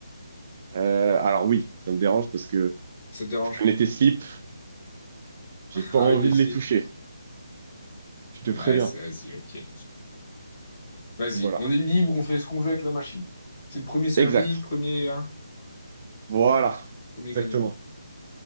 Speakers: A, on the right; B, on the left.
A: Euh, alors oui, ça me dérange parce que
B: Ça te dérange?
A: je connais tes slips, j'ai
B: <laughs>
A: pas
B: Ah
A: envie
B: oui, les
A: de
B: slips.
A: les toucher. Je te
B: Ouais,
A: préviens.
B: c'est vas-y, ok. Vas-y,
A: Voilà.
B: on est libre, on fait ce qu'on veut avec la machine. C'est le premier servi,
A: Exact.
B: premier, hein,
A: Voilà.
B: premier
A: Exactement.
B: gagnant.